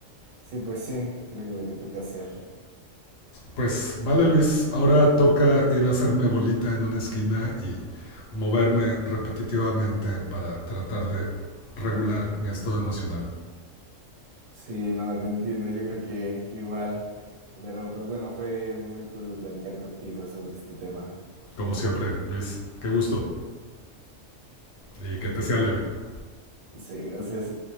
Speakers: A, on the right; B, on the left.
A: Sí, pues sí, creo que es lo que toca hacer.
B: Pues vale Luis, ahora toca ir a hacerme bolita en una esquina y moverme repetitivamente para tratar de regular mi estado emocional.
A: Sí, no, te entiendo, yo creo que, que igual. Pero pues bueno, fue muy cool platicar contigo sobre este tema.
B: Como siempre, Luis, qué gusto y que te sea leve.
A: Sí, gracias.